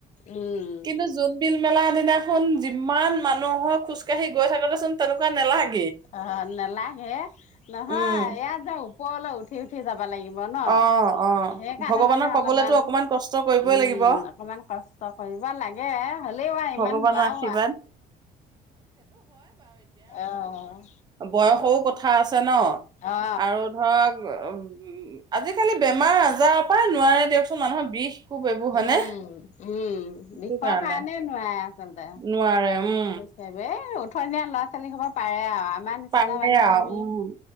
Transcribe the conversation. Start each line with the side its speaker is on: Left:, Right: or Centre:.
Left: উম
Right: কিন্তু জোনবিল মেলা দিনা খন যিমান মানুহহো খোজকাঢ়ি গৈ থাকোতে চোন তেনেকুৱা নেলাগে।
Left: অ' নালাগে, নহয়
Right: উম
Left: ইয়াত য ওপৰলৈ উঠি উঠি যাব লাগিব ন,
Right: অ অ
Left: সেইকাৰণে
Right: ভগৱানক
Left: মানে
Right: পাবলেতো
Left: অলপমান,
Right: অকমান কষ্ট কৰিবই
Left: উম
Right: লাগিব
Left: অকমান কষ্ট কৰিব লাগে হ'লেও আৰু
Right: ভগৱানৰ
Left: ইমান নোৱাৰো
Right: আশীৰ্বাদ
Left: আৰু।
Right: বয়সও কথা আছে ন।
Left: অ
Right: আৰু ধৰক উম। আজিকালি বেমাৰ আজাৰৰ পৰাই নোৱাৰে দিয়কচোন মানুহৰ বিষ কোব এইবোৰ হয়নে
Left: উম উম,
Right: সেইটো
Left: বিষৰ
Right: কাৰণে
Left: কাৰণেই নোৱাৰে আচলতে,
Right: নোৱাৰে উম
Left: <unintelligible> পথনীয়া ল'ৰা ছোৱালী হ'ব পাৰে আৰু। আমাৰ নিচিনা
Right: পাৰে
Left: মানুহে
Right: আৰু
Left: আমি,
Right: উম